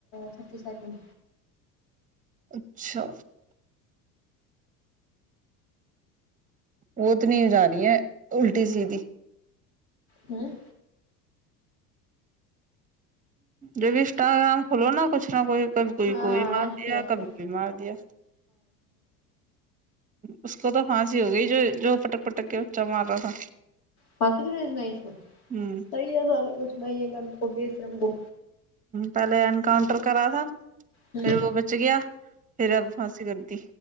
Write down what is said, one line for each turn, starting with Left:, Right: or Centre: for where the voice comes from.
Left: چھتیس سیکنڈ
Right: اچھا وہ تو نہیں ہو جا رہی ہے الٹی سیدھی
Left: ہوں
Right: جب بھی انسٹاگرام کھولو نا کچھ نہ کوئی کبھی کوئی
Left: فارسی
Right: کوئی مار دیا
Left: کس
Right: کبھی کوئی مار دیا اس کو تو پھانسی ہو گئی ہی جو جو پٹک پٹک کے بچا مار رہا تھا
Left: پانسی کتچنا اس کو
Right: ہوں
Left: صحیح ہے سالے کا سنا ہے گم کو بھیر کو
Right: پہلے انکاؤنٹر کرا تھا
Left: ہوں
Right: پھر وہ بچ گیا پھر اب پھانسی کر دی